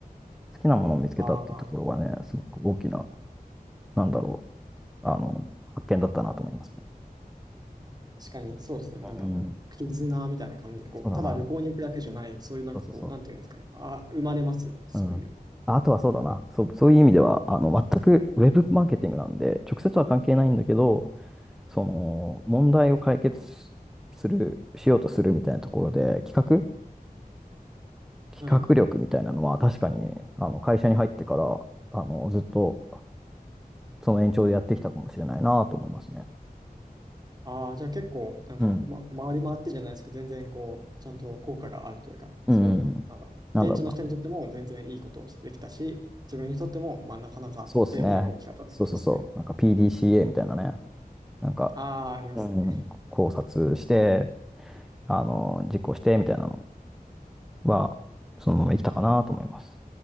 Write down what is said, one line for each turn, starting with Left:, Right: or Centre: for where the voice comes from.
Centre: 好きなものを見つけたっていうところがね、
Right: ああ、
Centre: すごく大きな、なんだろう、あの、発見だったなと思いますね。
Right: 確かにそうですね。
Centre: うん、
Right: なんかこう、絆みたいな感じで、こう、
Centre: そうだな。
Right: ただ旅行に行くだけじゃない、そういうなんかこう、
Centre: そうそうそう。
Right: なんていうんですかね。あ、生まれますよね。そういう。
Centre: うん。あとはそうだな。そう、そういう意味では、あの、全くウェブマーケティングなんで、直接は関係ないんだけど、その、問題を解決しする、しようとするみたいなところで、企画企画力みたいなのは、
Right: はい。
Centre: 確かに、あの、会社に入ってから、あの、ずっと、その延長でやってきたかもしれないなと思いますね。
Right: ああ、じゃあ結構、なんか、
Centre: うん。
Right: ま、回り回ってじゃないですけど、全然こう、ちゃんと効果があるというか、
Centre: うん。
Right: すごい、なんだ、
Centre: なんだろうな。
Right: 現地の人にとっても全然いいことをできたし、自分にとっても、まあ、なかなか得るものが大きかったってことですね。
Centre: そうですね。そうそうそう。なんか PDCA みたたいなね。なんか、
Right: ああ、ありますよね。
Centre: うん、考察して、あの、実行してみたいなのは、そのまま生きたかなと思います。